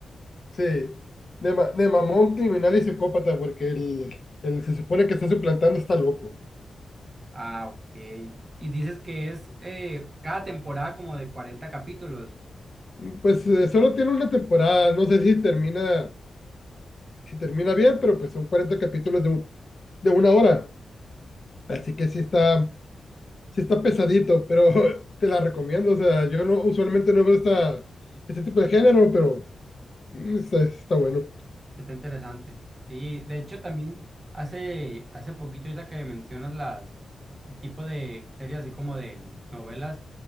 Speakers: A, on the left; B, on the right.
A: Sí, de, ma- de mamón, criminal y psicópata, porque el, el se supone que está suplantando está loco.
B: Ah, ok. Y dices que es eh, cada temporada como de 40 capítulos.
A: Mm, Pues eh, solo tiene una temporada, no sé si termina, si termina bien, pero pues son 40 capítulos de, un- de una hora, así que sí está, sí está pesadito, pero <laughs> te la recomiendo, o sea, yo no, usualmente no veo esta, este tipo de género, pero mm, está, está bueno,
B: Está interesante. Sí, de hecho también hace, hace poquito ahorita que mencionas las el tipo de series así como de novelas,